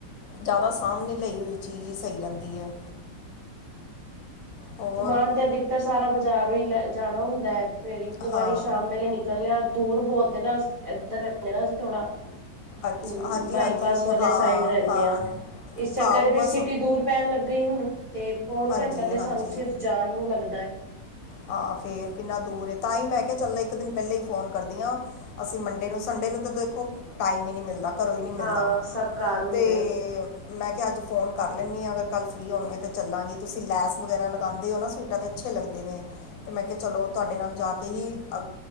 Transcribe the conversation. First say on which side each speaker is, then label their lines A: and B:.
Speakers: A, on the left (about 80°); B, on the right (about 35°).
A: ਜਾਦਾ ਸਾਮਨੇ ਲਈ ਹੋਈ ਚੀਜ ਈ ਸਈ ਰੈਂਦੀ ਐ। ਹੋਰ
B: ਸਮਾਨ ਤੇ ਅਧਿਕਤਰ ਸਾਰਾ ਬਾਜਾਰੋਂ ਈ ਲੈ ਜਾਨਾ ਹੁੰਦਾ ਐ, ਫੇਰ ਇੱਕੋ
A: ਹਾਂ
B: ਵਾਰੀ ਸ਼ਾਮ ਵੇਲੇ ਨਿਕ ਕੱਲੇਆ ਦੂਰ ਬੋਤ ਏ ਨਾ, ਐਦਰ ਰੈਨੇ ਆਂ ਅਸੀ ਥੋੜਾ
A: ਅੱਛਾ
B: ਉਂ ਓ
A: ਹਾਂਜੀ
B: ਬਾਈਪਾਸ
A: ਹਾਂਜੀ ਤੇ
B: ਵਾਲੇ
A: ਹਾਂ
B: ਸਾਈਡ ਰੈਂਦੇ
A: ਹਾਂ
B: ਐ, ਇਸ ਚੱਕਰ'ਚ
A: ਹਾਂ ਉਹ ਬਸ
B: ਫੇਰ ਸਿਟੀ ਦੂਰ ਟੈਮ ਲੱਗ ਗਈ ਹੁਣ, ਤੇ ਪੌਨ
A: ਹਾਂਜੀ
B: ਘੰਟਾ ਤੇ
A: ਹਾਂਜੀ
B: ਸਾਨੂੰ ਸਿਰਫ਼ ਜਾਨ ਨੂੰ ਲੱਗਦੈ।
A: ਹਾਂ ਫੇਰ ਕਿੰਨਾ ਦੂਰ ਏ, ਤਾਂਈ ਮੈ ਕਿਯਾ ਚਲ ਇਕ ਦਿਨ ਪੈਲੇ ਈ ਫੋਨ ਕਰਦੀਆਂ। ਅਸੀਂ ਮੰਡੇ ਨੂੰ, ਸੰਡੇ ਨੂੰ ਤੇ ਦੇਖੋ, ਟਾਈਮ ਈ ਨਈ ਮਿਲਦਾ। ਘਰੋਂ ਈ ਨਈ ਮਿਲਦਾ
B: ਹਾਂ ਸਭ ਘਰ ਹੁੰਦੇ
A: ਤੇ
B: ਆ ਫਿਰ
A: ਮੈਂ ਕਆ, ਅੱਜ ਫੋਨ ਕਰ ਲੈਂਨੀ ਆਂ, ਅਗਰ ਕੱਲ ਫਰੀ ਹੋਨਗੇ ਤੇ ਚੱਲਾਂਗੇ। ਤੁਸੀਂ ਲੈਸ ਵਗੈਰਾ ਲਗਾਂਦੇ ਹੋ ਨਾ ਸੂਟ ਟ ਤੇ ਅੱਛੇ ਲੱਗਦੇ ਨੇ, ਤੇ ਮੈਂ ਕਿਆ ਚਲੋ, ਤਵਾਢੇ ਨਾਲ ਜਾ ਕੇ ਹੀ ਅਗ